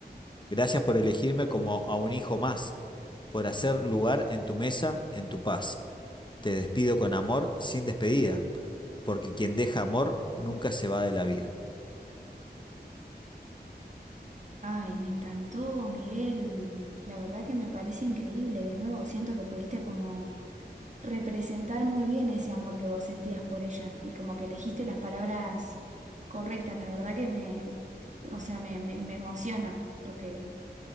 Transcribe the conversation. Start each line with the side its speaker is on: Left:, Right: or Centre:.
Left: Gracias por elegirme como a un hijo más, por hacer lugar en tu mesa, en tu paz. Te despido con amor sin despedida, porque quien deja amor nunca se va de la vida.
Right: Ay, me encantó, Miguel. La verdad que me parece increíble. De nuevo, siento que pudiste como representar muy bien ese amor que vos sentías por ella y como que elegiste las palabras correctas. La verdad que me, o sea, me, me, me emociona lo que,